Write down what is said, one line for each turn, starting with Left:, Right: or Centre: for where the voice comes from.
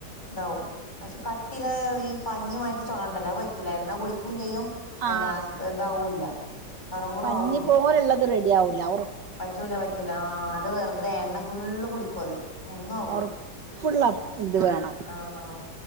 Left: ഇതാവും പക്ഷെ കട്ടിലായി ഈ പനിമായിരത്തി ചൊളണ്ടല്ലോ പറ്റൂല എണ്ണ കുടിക്കും ചെയ്യും.
Right: ആ
Left: എന്താ ഇതാവൂല്ല കറുമുറു
Right: പഞ്ഞി
Left: ആവൂല്ല
Right: പോല ഉള്ളത് റെഡി ആവൂല ഓർ
Left: പറ്റൂല പറ്റൂല ആ അത് വെറുതെ എണ്ണ ഫുള്ള് കുടിക്കും അത്. ഒന്നും ആവൂല
Right: ഒറപ്പുള്ള എന്ത് വേണം
Left: ആഹ്